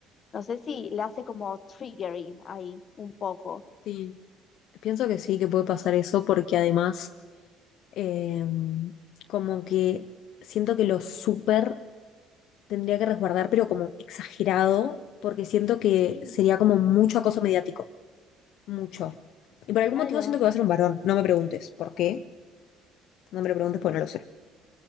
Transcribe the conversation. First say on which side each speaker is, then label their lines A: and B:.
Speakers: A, on the left; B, on the left.
A: no sé si le hace como triggering ahí un poco.
B: sí. Pienso que sí, que puede pasar eso, porque además, eh, como que siento que lo súper tendría que resguardar, pero como exagerado, porque siento que
A: Sí,
B: sería como mucho acoso mediático, mucho. Y por
A: claro.
B: algún motivo siento que va a ser un varón, no me preguntes por qué, no me lo preguntes porque no lo sé,